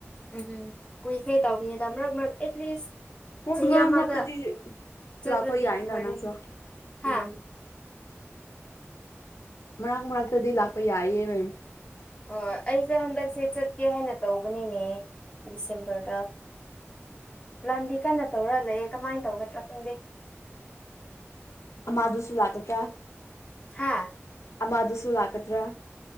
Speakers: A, on the left; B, on the left.
A: ꯎꯝꯝ ꯀꯨꯏꯈ꯭ꯔꯦ ꯇꯧꯕꯅꯤꯗ ꯃꯔꯛ ꯃꯔꯛ ꯑꯦꯠꯂꯤꯁ
B: ꯍꯣꯏ
A: ꯆꯍꯤ
B: ꯃꯔꯛ
A: ꯑꯃꯗ
B: ꯃꯔꯛꯇꯗꯤ
A: ꯆꯠꯂꯗꯤ
B: ꯂꯥꯛꯄ ꯌꯥꯏꯅ
A: ꯐꯔꯦ
B: ꯅꯪꯁꯨ
A: ꯍꯥ
B: ꯎꯝ ꯃꯛ ꯃꯔꯛꯇꯗꯤ ꯂꯥꯛꯄ ꯌꯥꯏꯌꯦ ꯅꯪ
A: ꯍꯣꯏ ꯑꯩꯁꯦ ꯍꯟꯗꯛꯁꯦ ꯆꯠꯀꯦ ꯍꯥꯏꯅ ꯇꯧꯕꯅꯤꯅꯦ ꯗꯤꯁꯦꯝꯕꯔꯗ ꯄ꯭ꯂꯥꯟꯗꯤ ꯀꯟꯅ ꯇꯧꯔ ꯂꯩꯌꯦ ꯀꯃꯥꯏ ꯇꯧꯒꯗ꯭ꯔꯥ ꯈꯪꯗꯦ
B: ꯑꯃꯥꯗꯨꯁꯨ ꯂꯥꯛꯀꯗ꯭ꯔꯥ
A: ꯍꯥꯥ
B: ꯑꯃꯥꯗꯨꯁꯨ ꯂꯥꯛꯀꯗ꯭ꯔꯥ